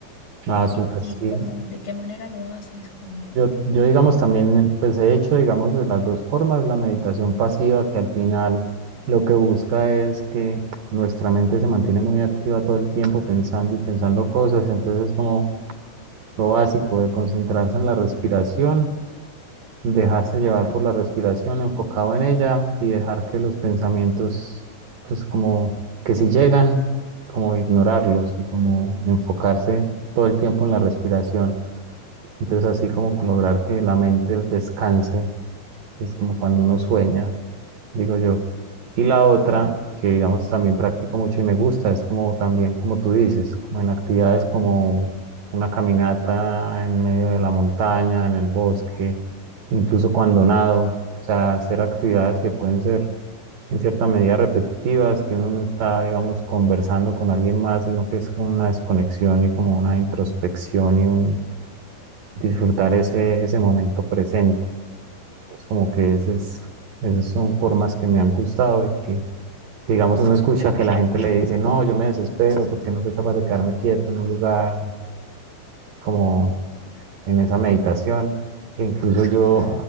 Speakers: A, on the right; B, on the left.
A: Ah, súper,
B: Y aquí,
A: sí.
B: como de qué manera lo haces, como
A: Yo, yo, digamos, también, pues he hecho, digamos, de las dos formas, la meditación pasiva, que al final lo que busca es que nuestra mente se mantiene muy activa todo el tiempo pensando y pensando cosas, entonces es como lo básico de concentrarse en la respiración, dejarse llevar por la respiración, enfocado en ella y dejar que los pensamientos, pues como que si llegan, como ignorarlos y como enfocarse todo el tiempo en la respiración. Entonces, así como con lograr que la mente descanse, que es como cuando uno sueña, digo yo. Y la otra, que digamos también practico mucho y me gusta, es como también, como tú dices, como en actividades como una caminata en medio de la montaña, en el bosque, incluso cuando nado, o sea, hacer actividades que pueden ser en cierta medida repetitivas, que uno no está, digamos, conversando con alguien más, sino que es como una desconexión y como una introspección y un, disfrutar ese, ese momento presente. Es como que ese es, esas son formas que me han gustado y que, que, digamos, uno escucha que la gente le dice, no, yo me desespero porque no soy capaz de quedarme quieto en un lugar como en esa meditación. E incluso yo